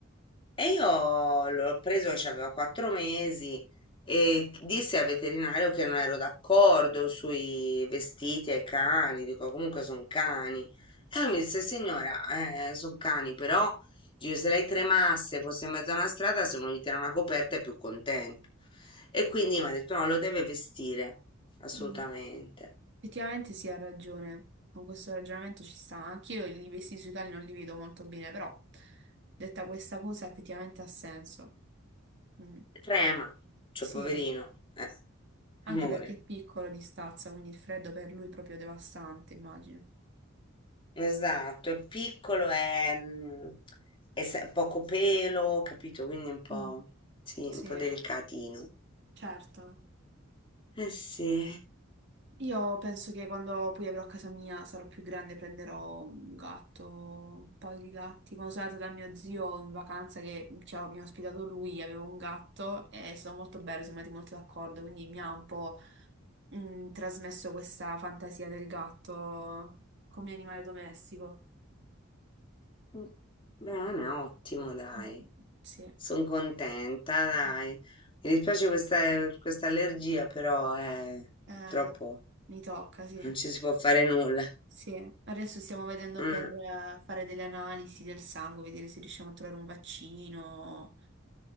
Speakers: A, on the left; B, on the right.
A: e io l'ho preso che aveva quattro mesi e disse al veterinario che non ero d'accordo sui vestiti ai cani, dico comunque sono cani. E lui mi disse, signora, sono cani, però dice, se lei tremasse, fosse in mezzo a una strada, se uno gli tira una coperta è più contento. E quindi mi ha detto, no, lo deve vestire, assolutamente.
B: Mm. Effettivamente sì, ha ragione. Con questo ragionamento ci sta. Anch'io i vestiti sui cali non li vedo molto bene, però detta questa cosa effettivamente ha senso. Mm.
A: Trema, cioè
B: Sì,
A: poverino,
B: eh,
A: eh,
B: anche
A: amore.
B: perché è piccolo di stazza, quindi il freddo per lui è proprio devastante, immagino.
A: Esatto, è piccolo, è, mm, è se- poco pelo, capito? Quindi un po',
B: Mm.
A: sì,
B: Sì,
A: un po' delicatino.
B: certo.
A: Eh sì,
B: Io penso che quando poi avrò casa mia sarò più grande, prenderò un gatto, un paio di gatti. Quando sono andata da mio zio in vacanza che cioè, mi ha ospitato lui, avevo un gatto e è stato molto bello, siamo andati molto d'accordo, quindi mi ha un po' mh, trasmesso questa fantasia del gatto come animale domestico.
A: mm, bene,
B: Mm,
A: ottimo, dai.
B: mm, Sì,
A: Sono contenta, dai.
B: Mm.
A: Mi dispiace questa, questa allergia, però eh,
B: Eh,
A: purtroppo
B: mi tocca, sì.
A: non ci si può fare nulla.
B: Sì, adesso stiamo vedendo
A: Mm,
B: per eh, fare delle analisi del sangue, vedere se riusciamo a trovare un vaccino